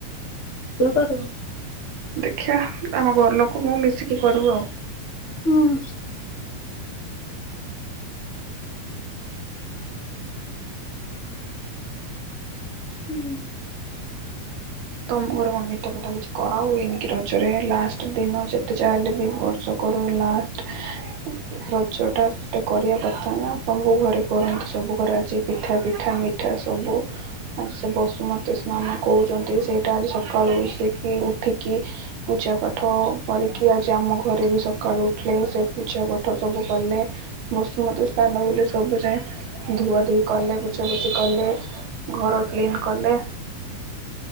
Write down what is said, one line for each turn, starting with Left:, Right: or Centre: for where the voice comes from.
Left: <unintelligible>
Right: ଦେଖିବା ଆମ ଘର ଲୋକ ମୁଁ ମିଶିକି କରୁବୁ ଆଉ।
Left: ହଁ। ହୁଁ
Right: ତମ ଘର କଣ ମିଠା ପିଠା କିଛି କରା ହୁଏନି କି ରଜ ରେ ଲାଷ୍ଟ ଦିନ ଯେତେ ଯାହାହେଲେ ବି ବର୍ଷ କର ଲାଷ୍ଟ ରଜ ଟା ସେତେ କରିବା କଥା ନା ସବୁ ଘରେ କରନ୍ତି ସବୁ ଘରେ ଆଜି ପିଠା ପିଠା ମି ଏଠା ସବୁ ଆଜି ସେ ବସୁମତୀ ସ୍ନାନ କୁ ଠି ସେଇଟା ଆଜି ସକାଳୁ ଉସିକି ଉଠିକି ପୂଜା ପାଠ କରିକି ଆ ସେ ଆମ ଘରେ ବି ସକାଳୁ ଉଠିଲେ ସେ ପୂଜା ପାଠ ସବୁ କଲେ। ବସୁମତୀ ସ୍ନାନ ବୁଲେ ସବୁ ସେ ଧୁଆ ଧୁଇ କଲେ ପୁଛା ପୁଛି କଲେ। ଘର କ୍ଲିନ୍ କଲେ।